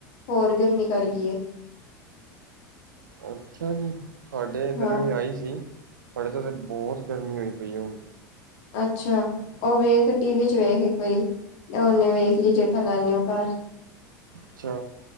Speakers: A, on the left (about 50°); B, on the right (about 75°).
A: ਹੋਰ ਗਰਮੀ ਕਰ ਗਈ ਏ।
B: ਅੱਛਾ ਜੀ ਸਾਡੇ ਇੱਧਰ
A: ਹਾਂ
B: ਵੀ ਆਈ ਸੀ ਸਾਡੇ ਤਾਂ ਫਿਰ ਬਹੁਤ ਗਰਮੀ ਹੋਈ ਪਈ ਹੁਣ
A: ਅੱਛਾ ਉਹ ਵੇਖ ਟੀ ਵੀ ਚ ਵੇਖ ਇੱਕ ਵਾਰੀ ਉਹਨੇ ਵੇਖ ਲਈ ਜੇਠਾ ਲਾਲ ਨੇ ਉਹ ਘਰ
B: ਅੱਛਾ